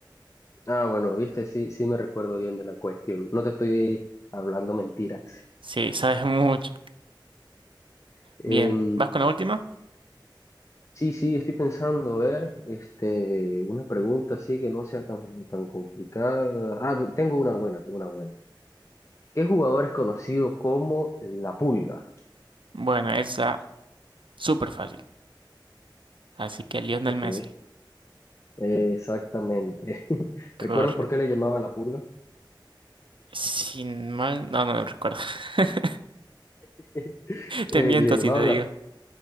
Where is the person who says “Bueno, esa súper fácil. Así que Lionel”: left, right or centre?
Right